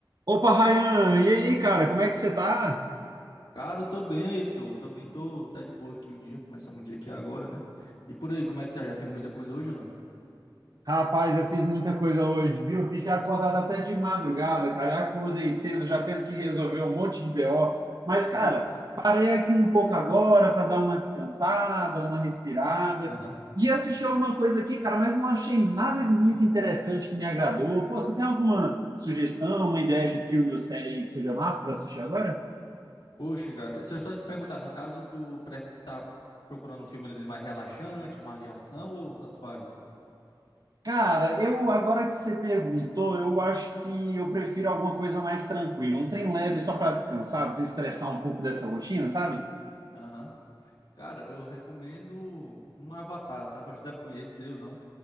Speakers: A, on the right; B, on the left.
A: Opa, Rayan, e aí, cara, como é que você tá?
B: Cara, eu tô bem, Heitor. Tô bem, tô. Tá de boa aqui o dia. Começamos o dia aqui agora, né? E por aí, como é que tá? Já fez muita coisa hoje ou não?
A: Rapaz, eu fiz muita coisa hoje, viu? Fiquei acordado até de madrugada, cara. Eu acordei cedo, já tendo que resolver um monte de BO. Mas, cara,
B: Eita, pô.
A: parei aqui um pouco agora para dar uma descansada, uma respirada.
B: Aham.
A: E assistir alguma coisa aqui, cara, mas não achei nada muito interessante que me agradou. Pô, você tem alguma sugestão, uma ideia de filme ou série aí que seja massa para assistir agora?
B: Poxa, cara, se eu só te perguntar, no caso, tu pre- tá procurando um filme mais relaxante, mais de ação ou tanto faz?
A: Cara, eu agora que você perguntou, eu acho que eu prefiro alguma coisa mais tranquila, um trem leve só para descansar, desestressar um pouco dessa rotina, sabe?
B: Aham. Cara, eu recomendo um Avatar, sabe? Acho que deve conhecer ou não.